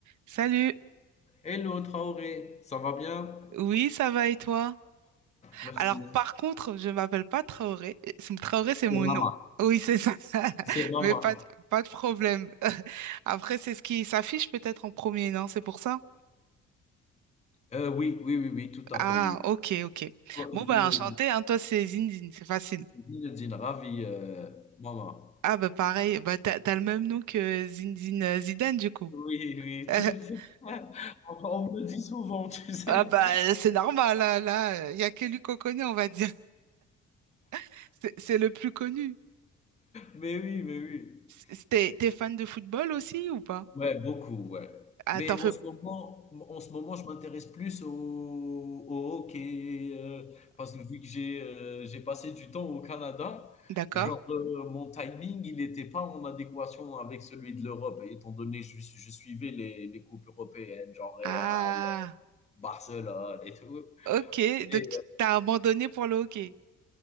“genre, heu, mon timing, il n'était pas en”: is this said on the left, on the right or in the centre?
Left